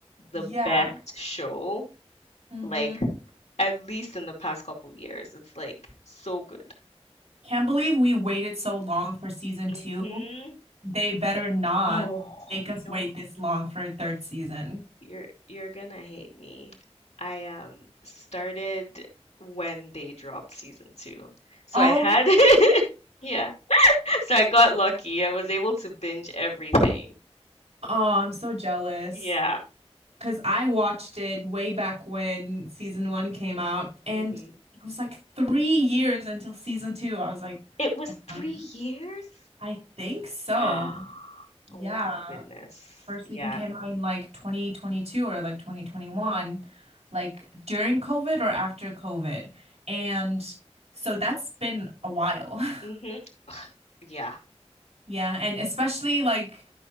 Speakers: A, on the left; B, on the right.
A: the
B: yeah.
A: best show,
B: hmm
A: like at least in the past couple years. It's like so good.
B: Can't believe we waited so long for season
A: hmm
B: two. They better not
A: Oh,
B: make
A: you
B: us
A: know,
B: wait this long for a third season.
A: you're you're gonna hate me. I um started when they dropped season two. So
B: Oh
A: I had <laughs> yeah. <laughs> So I got lucky. I was able to binge everything.
B: Oh, I'm so jealous
A: Yeah.
B: because I watched it way back when season one came out, and
A: hmm
B: it was like three years until season two. I was like,
A: It was
B: oh
A: three
B: my God,
A: years?
B: I think so.
A: <gasps>
B: Yeah,
A: Oh my goodness.
B: first
A: Yeah.
B: season came out in like 2022 or like 2021, like during COVID or after COVID. And so that's been a while.
A: hmm
B: <laughs>
A: Yeah.
B: Yeah, and especially like